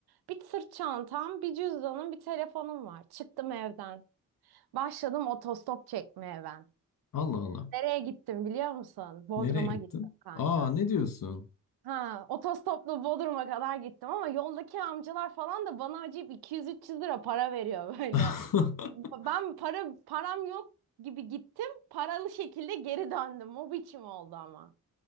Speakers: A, on the right; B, on the left.
A: Bir sırt çantam, bir cüzdanım, bir telefonum var. Çıktım evden. Başladım otostop çekmeye ben.
B: Allah Allah.
A: Nereye gittim biliyor musun? Bodrum'a
B: Nereye gittin?
A: gittim kanka.
B: Aa ne diyorsun?
A: Ha, otostopla Bodrum'a kadar gittim ama yoldaki amcalar falan da bana acayip iki yüz üç yüz lira para veriyor böyle.
B: <laughs>
A: Ben para param yok gibi gittim. Paralı şekilde geri döndüm. O biçim oldu ama.